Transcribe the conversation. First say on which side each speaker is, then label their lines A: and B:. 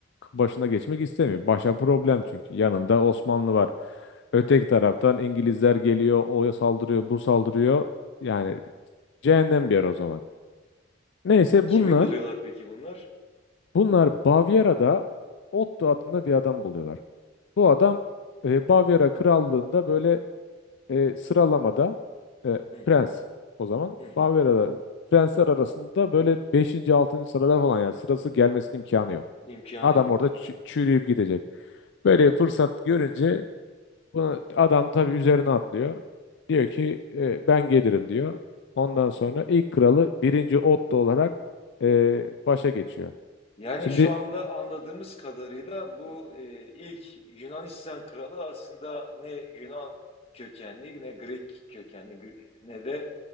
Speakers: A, on the left; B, on the left.
A: başına geçmek istemiyor. Başa problem çünkü. Yanında Osmanlı var. Öteki taraftan İngilizler geliyor. O saldırıyor, bu saldırıyor. Yani cehennem bir yer o zaman. Neyse
B: Kimi
A: bunlar
B: buluyorlar peki bunlar?
A: bunlar Bavyera'da Otto adında bir adam buluyorlar. Bu adam e, Bavyera krallığında böyle e, sıralamada e,
B: Hı hı,
A: Prens o zaman
B: hı hı.
A: Barbera'da Prensler arasında böyle beşinci 6. sırada falan yani sırası gelmesinin imkanı yok.
B: İmkanı
A: Adam
B: yok.
A: orada çü- çürüyüp gidecek. Böyle bir fırsat görünce bunu, adam tabii üzerine atlıyor. Diyor ki e, ben gelirim diyor. Ondan sonra ilk kralı birinci Otto olarak e, başa geçiyor.
B: Yani
A: Şimdi
B: şu anda anladığımız kadarıyla bu e, ilk Yunanistan kralı aslında ne Yunan kökenli ne Grek kökenli Gr- ne de